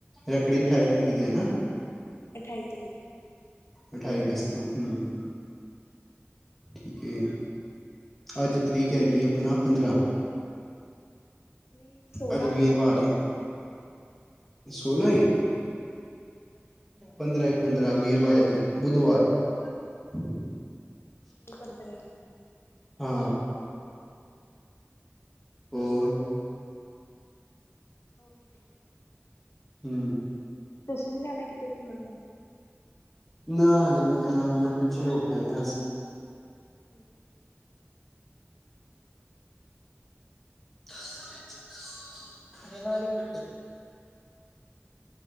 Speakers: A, in the centre; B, on the left.
A: ਰੱਖੜੀ ਅਠਾਈ ਤਰੀਕ ਦੀ ਐ ਨਾ।
B: ਅਠਾਈ ਤਰੀਕ ਦਾ।
A: ਅਠਾਈ ਅਗਸਤ ਨੂੰ ਹੂੰ। ਠੀਕ ਏ, ਅੱਜ ਤਰੀਕ ਹੈਗੀ ਆਪਣਾ ਪੰਦਰਾਂ
B: ਨਹੀਂ ਸੋਲਾਂ
A: ਅੱਜ ਵੀਰਵਾਰ
B: ਮੇਰੇ ਖਿਆਲ
A: ਏ, ਸੋਲਾਂ ਏ ਪੰਦਰਾਂ ਏ ਪੰਦਰਾਂ, ਵੀਰਵਾਰ ਅੱਜ ਬੁੱਧਵਾਰ <inaudible>
B: ਨੀ ਪੰਨਦਾ ਈ ਐ।
A: ਹਾ। ਹੋਰ
B: ਹੋ ਵਧੀਆ।
A: ਹੂੰ
B: ਤੁਸੀਂ ਨੀ ਜਾਣਾ ਕਿਤੇ ਘੁੰਮਣ ਨੂੰ
A: ਨਾ ਹਾਲੇ ਨੀ ਜਾਣਾ। ਹੁਣ ਪਿੱਛੇ ਹੋ ਕੇ ਆਏ ਆ ਅਸੀਂ
B: ਹੂੰ
A: <unintelligible> ਮੇਰਾ ਨੀ ਵੱਜਦਾ।